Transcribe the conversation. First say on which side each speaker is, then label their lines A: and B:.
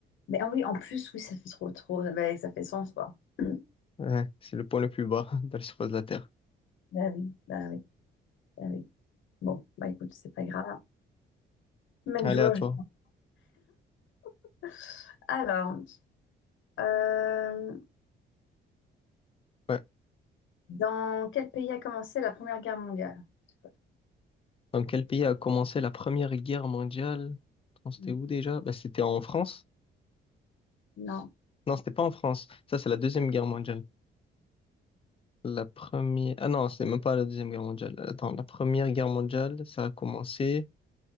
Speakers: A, on the left; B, on the left.
A: Mais ah oui, en plus, oui, ça fait trop, trop. Bah, ça fait sens, quoi. <clears throat>
B: Ouais, c'est le point le plus bas <laughs> de la surface de la Terre.
A: Bah oui, bah oui, bah oui. Bon, bah écoute, c'est pas grave. Même
B: Allez,
A: joueur.
B: à toi.
A: je- <laughs> Alors, euh,
B: Ouais.
A: dans quel pays a commencé la Première Guerre mondiale? Je sais pas.
B: Dans quel pays a commencé la Première Guerre mondiale? Attends, C'était
A: Non.
B: où déjà? Bah, c'était en France.
A: Non.
B: Non, c'était pas en France. Ça, c'est la Deuxième Guerre mondiale. La première... Ah non, c'est même pas la Deuxième Guerre mondiale. Attends, la Première Guerre mondiale, ça a commencé...